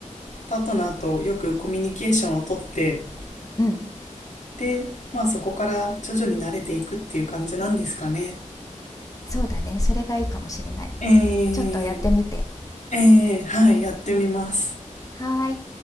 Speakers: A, on the left; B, on the left.
A: パートナーとよくコミュニケーションをとって、
B: うん。
A: で、まあそこから徐々に慣れていくっていう感じなんですかね。
B: そうだね。それがいいかもしれない。
A: えー、
B: ちょっとやってみて。
A: えー、はい、
B: うん。
A: やってみます。
B: はーい。